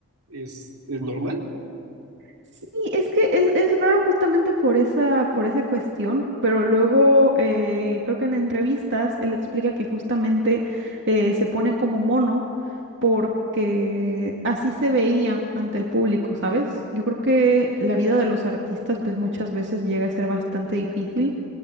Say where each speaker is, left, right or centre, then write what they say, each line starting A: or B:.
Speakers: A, on the right; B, on the right.
A: es, es normal.
B: Sí, es que es, es raro justamente por esa, por esa cuestión, pero luego eh, creo que en entrevistas él explica que justamente eh, se pone como mono porque así se veía ante el público, ¿sabes? Yo creo que la vida de los artistas pues muchas veces llega a ser bastante difícil